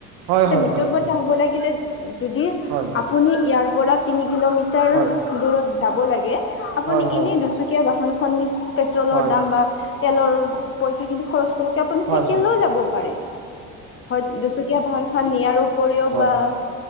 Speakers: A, on the left; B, on the right.
A: এতিয়া
B: হয় হয়
A: মিতব্যয়তা
B: হয়
A: হ'ব লাগিলে। যদি
B: হয়
A: আপুনি ইয়াৰ পৰা তিনি কিলোমিটাৰ
B: হয় হয়
A: দূৰত যাব লাগে, আপুনি
B: হয় হয় হয়
A: এনেই দুচকীয়া বাহনখন নি পেট্ৰলৰ
B: হয়
A: দাম বা তেলৰ পইচাখিনি খৰচ কৰাতকে আপুনি
B: হয়
A: চাইকেল
B: হয় হয়
A: লৈও যাব পাৰে। হয়। দুচুকীয়া বাহনখান নিয়াৰ উপৰিও
B: হয়
A: বা